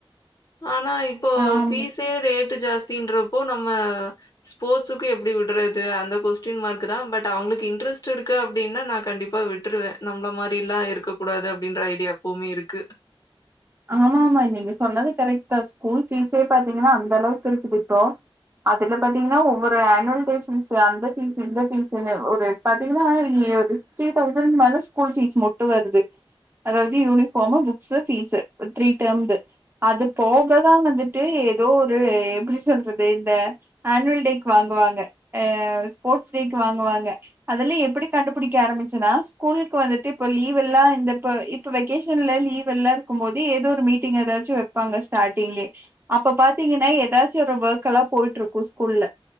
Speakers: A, on the left; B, on the right.
A: ஆனா இப்போ
B: ஆம்
A: பீஸே ரேட்டு ஜாஸ்தின்றப்போ நம்ம ஸ்போர்ட்ஸுக்கு எப்டி விடுறது அந்த கொஸ்டின் மார்க்குதா பட் அவங்களுக்கு இன்டரஸ்ட்ருக்கு அப்படின்னா நா கண்டிப் இப்ப விட்டுருவ நம்மள மாரில்லா இருக்க கூடாது அப்டின்ற ஐடியா எப்போவுமே இருக்கு
B: ஆமாமா நீங்க சொன்னது கரெக்ட் தா ஸ்கூல் ஃபீசே பாத்தீங்னா அந்த அளவுக்கு இருக்குது இப்போ அதுல பாத்தீங்கன்னா ஒவ்வொரு அனு டேஷன் அந்த பீஸ் இந்த பீஸ்னு ஒரு பாத்தீங்கன்னா இங்க ஒரு சிக்ஸ்டி தௌசண்ட் மேல ஸ்கூல் ஃபீஸ் மட்டும் வருது அதாவது யூனிஃபார்மு புக்ஸ்சு பீஸ்சு த்ரீ டேர்ம்து அது போகதான் வந்துட்டு ஏதோ ஒரு எப்டி சொல்றது இந்த ஆன்வல் டேக்கு வாங்குவாங்க அ ஸ்போர்ட்ஸ் டேக்கு வாங்குவாங்க அதுலய எப்டி கண்டுபிடிக்க ஆரம்பிச்சுன்னா ஸ்கூலுக்கு வந்துட்டு இப்ப லீவ் எல்லாம் இந்த ப இ இப்ப வெகேஷன்ல லீவ் எல்லாம் இருக்கும் போது ஏதோ ஒரு மீட்டிங் ஏதாச்சும் வப்பாங்க ஸ்டார்டிங்லே அப்ப பாத்தீங்கன்னா ஏதாச்சி ஒரு வெர்கெல்லா போயிட்டுருக்கோ ஸ்கூல்ல